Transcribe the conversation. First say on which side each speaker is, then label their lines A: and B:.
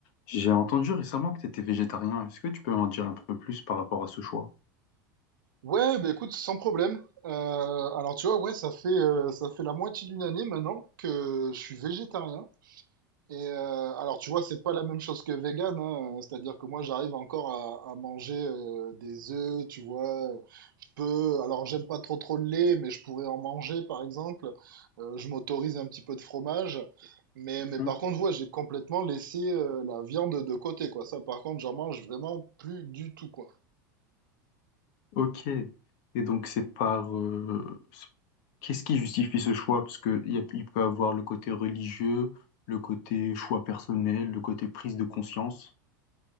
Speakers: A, on the left; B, on the right.
A: J'ai entendu récemment que tu étais végétarien. Est-ce que tu peux m'en dire un peu plus par rapport à ce choix?
B: Ouais, bah écoute, sans problème. Euh, alors tu vois, ouais, ça fait euh, ça fait la moitié d'une année maintenant que je suis végétarien. Et euh, alors tu vois, c'est pas la même chose que vegan, hein. C'est-à-dire que moi, j'arrive encore à, à manger euh, des œufs, tu vois. Je peux, alors j'aime pas trop trop le lait, mais je pourrais en manger, par exemple. Euh, je m'autorise un petit peu de fromage. Mais,
A: Mhm.
B: mais par contre, ouais, j'ai complètement laissé euh, la viande de côté, quoi. Ça, par contre, j'en mange vraiment plus du tout, quoi.
A: Ok. Et donc, c'est par... euh, c'est- Qu'est-ce qui justifie ce choix? Parce que il y a- il peut avoir le côté religieux, le côté choix personnel, le côté prise de conscience.